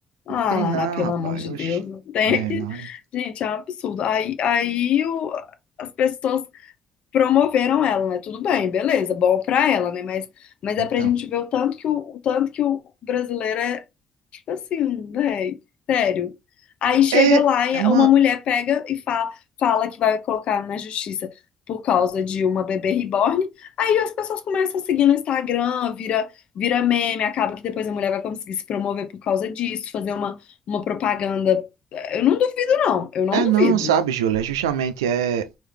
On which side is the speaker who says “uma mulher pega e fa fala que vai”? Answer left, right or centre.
Left